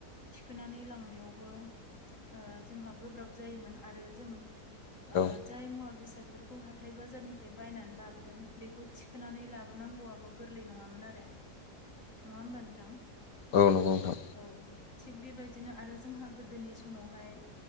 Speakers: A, on the left; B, on the left.
A: थिखोनानै लांनायावबो ओ जोंहा गोब्राब जायोमोन आरो जों
B: औ
A: ओ
B: औ
A: जाय मुवा बेसादफोरखौ हाथाय बाजारनिफ्राय बायनानै लाबोदों बेखौ थिखोनानै लाबो नांगौआबो गोरलै नंङामोन आरो नंङा होमबा नोंथां?
B: औ नंगौ नोंथां
A: औ थिग बेबायदिनो आरो जोंहा गोदोनि समावहाय